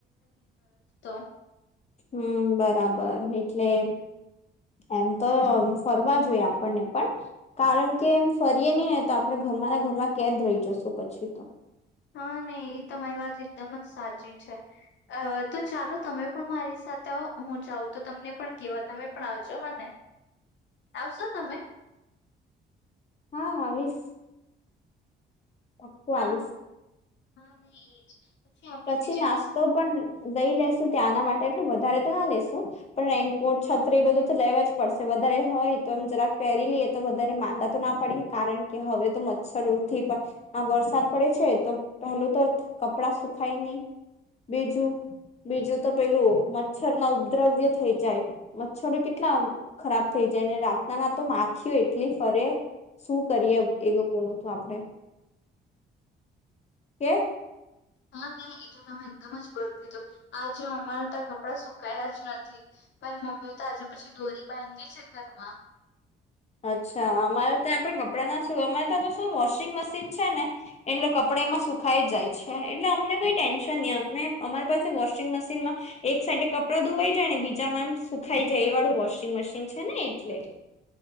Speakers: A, on the left; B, on the left.
A: <unintelligible> <inaudible>
B: હમ બરાબર એટલે. એમ તો ફરવા જોઈ આપણને પણ કારણ કે. ફરીએ નહી ને તો આપણે ઘરમાં ના ઘરમાં કે જ રહી જશુ પછી.
A: હા નહી એ તમા મારી વાત એકદમ જ સાચી છે. અ તો ચાલો તમે પણ મારી સાથે હું જાઉં તો તમને પણ કેવા તમે પણ આવજો હ ને. આવશો તમે
B: હા આવીશ પાકું
A: હા.
B: આવીશ
A: હા મે એજ આપડે
B: પછી
A: બીજે
B: નાસ્તો
A: હા
B: પણ લઈ લેેશુ ત્યાંના માટે એટલે વધારે તો ના લેેશુ પણ રેન્કોટ છત્રી એ બધું તો લેવા જ પડશે વધારે હોય તો એમ જરાક પેરી લઈએ તો વધારે માંદા તો ના પડી કારણ કે હવે તો મચ્છરોથી પણ આ વરસાદ પડે છે, તો પેહલું તો કપડા સુખાય ની બીજું બીજું તો પેલું મચ્છર ના ઉપદ્રવ્ય થઈ જાય મચ્છરો કેટલા ખરાબ થઈ જાય અને રાતના ના તો માખ્યું એટલી ફરે શું કરીએ એ લોકોનું તો આપડે કે
A: હા નહી એ તો તમે એકદમ જ બરતુ હતું આજ અમારા તા કપડા સુકાયા જ નથી પણ મમ્મી તો આજે પછી દોરી બાયધી છે, ઘરમાં
B: અચ્છા અમારે ત્યાં પણ કપડા ના શું અમારે ત્યાં તો શું વોશિંગ મશીન છે, ને એટલે કપ ડા એમાં સુખાઈ જ જાય છે, એટલે અમને કઈ ટેન્શન ની અમે અમારી પાસે વોશિંગ મશીનમાં એક સાઈડે કપડાં ધોવાઈ જાય ને બીજામાં એમ સુખાય જાય એ વાળું વોશિંગ મશીન છે, ને એટલે